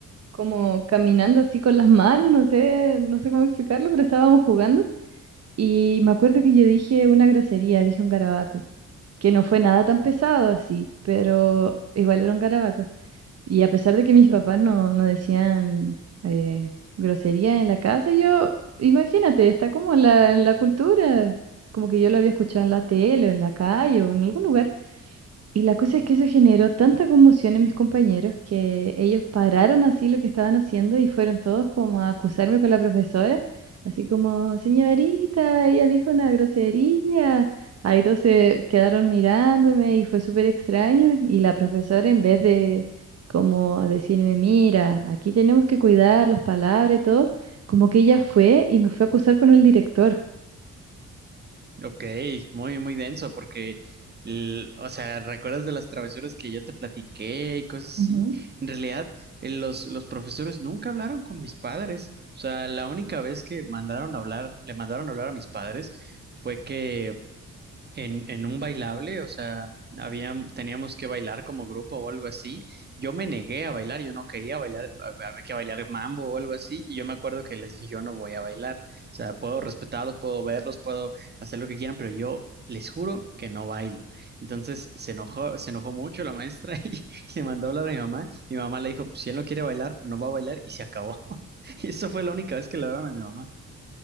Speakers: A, on the right; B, on the right.
A: como caminando así con las manos, no sé, no sé cómo explicarlo, pero estábamos jugando y me acuerdo que yo dije una grosería, dije un garabato, que no fue nada tan pesado así, pero igual era un garabato. Y a pesar de que mis papás no, no decían eh, grosería en la casa, yo, imagínate, está como en la, en la cultura. Es como que yo lo había escuchado en la tele o en la calle o en algún lugar y la cosa es que eso generó tanta conmoción en mis compañeros que ellos pararon así lo que estaban haciendo y fueron todos como a acusarme con la profesora, así como, señorita, ella dijo una grosería. Ahí todos se quedaron mirándome y fue súper extraño. Y la profesora en vez de como decirme, mira, aquí tenemos que cuidar las palabras y todo, como que ella fue y me fue a acusar con el director.
B: Ok, muy, muy denso, porque, l- o sea, ¿recuerdas de las travesuras que yo te platiqué y cosas así?
A: Ujú.
B: En realidad, eh, los, los profesores nunca hablaron con mis padres. O sea, la única vez que mandaron a hablar, le mandaron a hablar a mis padres fue que en, en un bailable, o sea, había, teníamos que bailar como grupo o algo así. Yo me negué a bailar, yo no quería bailar, a- había que bailar mambo o algo así. Y yo me acuerdo que les dije, yo no voy a bailar. O sea, puedo respetarlos, puedo verlos, puedo hacer lo que quieran, pero yo les juro que no bailo. Entonces se enojó, se enojó mucho la maestra <laughs> y le mandó a hablar a mi mamá. Mi mamá le dijo, "Pues, si él no quiere bailar, no va a bailar y se acabó. <laughs> Y eso fue la única vez que le hablaron a mi mamá.